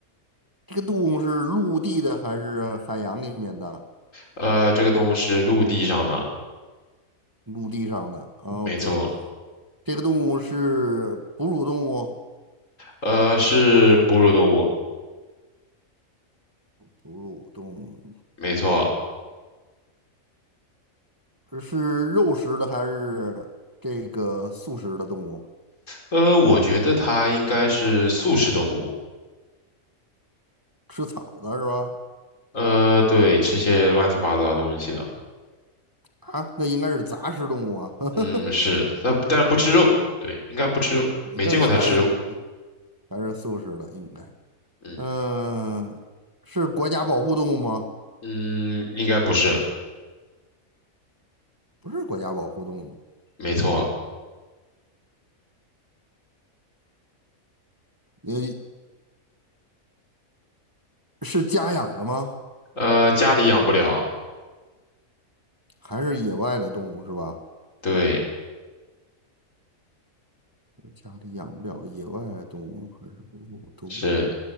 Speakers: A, on the right (about 15°); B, on the left (about 65°).
A: 这个动物是陆地的还是海洋里面的？
B: 呃，这个动物是陆地上的，
A: 陆地上的。OK，
B: 没错。
A: 这个动物是哺乳动物，
B: 呃，是哺乳动物，
A: 哺乳动物
B: 没错。
A: 是是肉食的还是这个素食的动物？
B: 呃，我觉得它应该是素食动物。
A: 吃草的是吧？
B: 呃，对，吃些乱七八糟的东西的。
A: 啊，那应该是杂食动物啊。<laughs>
B: 嗯，是，但但不吃肉。对，应该不吃肉，没见过它吃肉。
A: 那那还是还是素食的应该。
B: 嗯
A: 嗯，是国家保护动物吗？
B: 嗯，应该不是，
A: 不是国家保护动物，
B: 没错。
A: 呃，是家养的吗？
B: 呃，家里养不了，
A: 还是野外的动物是吧？
B: 对，
A: 家里养不了野外的动物，还是哺乳动物？
B: 是